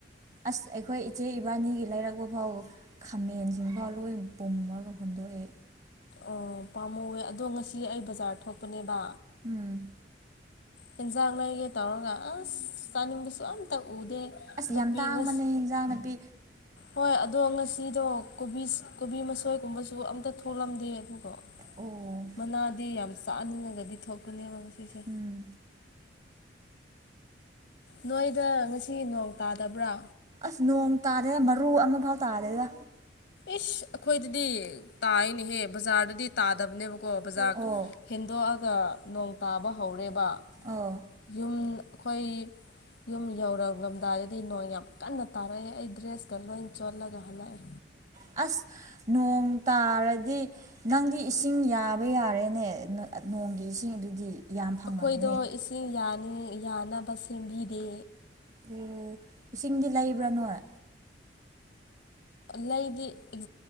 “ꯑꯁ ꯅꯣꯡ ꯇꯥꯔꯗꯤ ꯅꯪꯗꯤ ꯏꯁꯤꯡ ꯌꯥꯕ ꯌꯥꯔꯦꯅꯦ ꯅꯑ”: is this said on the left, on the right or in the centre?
Right